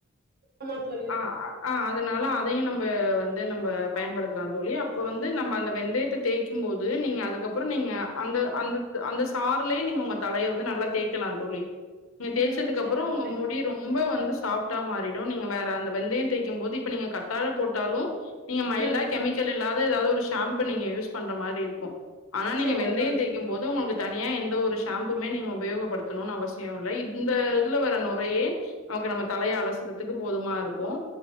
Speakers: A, on the right; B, on the left.
A: ஆமா தோழி
B: ஆ அ அதுனால அதையு நம்ப வந்து நம்ப பயன்படுத்தலா தோழி அப்ப வந்து நம்ம அந்த வெந்தயத்துக் தேய்கும் போது நீங்க அதுக்கப்பறோ நீங்க அந்த அந்த அந்த சாருலயே நீங்க உங்க தலைய வந்து நல்லா தேய்க் கலா தோழி நீங்க தேய்சதுக்கு
A: ம் செரிங்க
B: அப்பறோ உங்க
A: தோழி
B: முடி ரொம் ப வந்து சாப்டா மாறிடும் நீங்க வேற அந்த வெந்தய தேய்க்கும் போது இப்ப நீங்க கத்தாழ போட்டாலு நீங்க மைல்டா
A: ம்
B: கெமிக்கல் இல்லாத ஏதாது ஒரு ஷாம்பு நீங்க யூஸ் பண்ற மாறி இருக்கும் ஆனா நீங்க
A: செரிங்க
B: வெந்தயம்
A: தோழி
B: தேய்க்கு போது உங்களுக்கு தனியா எந்த ஒரு ஷாம்புமே நீங்க உபயோகப்படுத்தணுன்னு அவசிய இல்ல இந்த இதுல வர நுரையே ஒகே நம்ப தலைய அலசுறதுக்கு போதுமா இருக்கும்